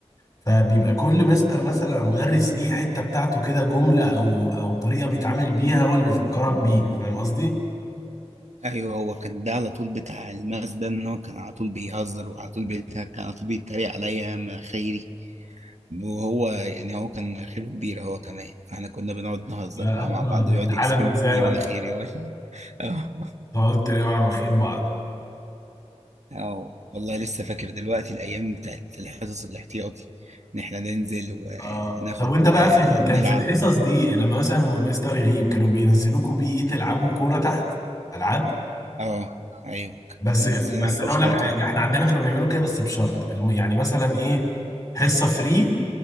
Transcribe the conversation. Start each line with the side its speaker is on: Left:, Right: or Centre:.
Left: فبيبقى كل مستر مثلا او مدرس ليه حته بتاعته كده جمله او او طريقه بيتعامل بيها هو اللي بيفكرك بيه فاهم قصدي؟
Right: ايوه هو كان ده على طول بتاع الماس ده ان هو كان على طول بيهزر وعلى طول بيضحك كان على طول بيتريق عليا مناخيري وهو يعني هو كان مناخيره كبيرة هو كمان فاحنا كنا بنقعد نهزر
Left: <laughs> آه،
Right: بقى مع بعض ويقعد
Left: في الحاله
Right: يرسم
Left: دي ازاي
Right: لي
Left: بقى
Right: مناخيري و- <laughs> اه
Left: تقعدوا تتريقوا على مناخير بعض
Right: آه. والله لسه فاكر دلوقتي الايام بتاعت الحصص الاحتياطي ان احنا ننزل وناخد
Left: اه طب وانت بقى
Right: آه،
Left: في ال... كان
Right: نلعب
Left: في الحصص دي لما مثلا مستر يغيب كانوا بينزلوكوا بيه ايه تلعبوا كوره تحت العاب
Right: اه ايوه
Left: بس
Right: كان نزلنا
Left: بس
Right: على الحوش
Left: انا اقول لك
Right: على
Left: حاجه
Right: طول
Left: احنا عندنا كانوا بيعملوا كده بس بشرط الم- يعني مثلا ايه حصه فري